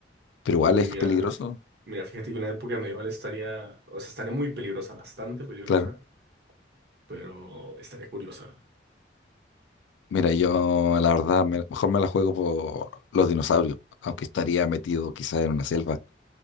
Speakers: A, on the left (about 80°); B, on the right (about 60°).
A: pero igual
B: Uy,
A: es
B: mira,
A: peligroso,
B: f- mira, fíjate que una época medieval estaría, o sea, estaría muy peligrosa, bastante peligrosa.
A: claro.
B: pero estaría curiosa.
A: Mira, yo la verdad me- mejor me la juego por los dinosaurios, aunque estaría metido quizá en una selva